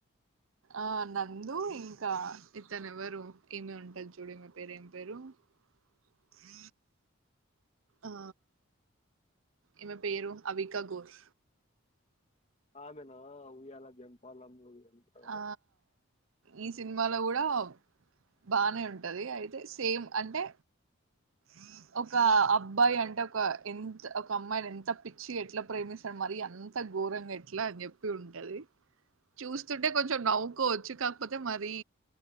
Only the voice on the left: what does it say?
ఆమెనా ఉయ్యాల జంపాల మూవీ లో ఉంటది కదా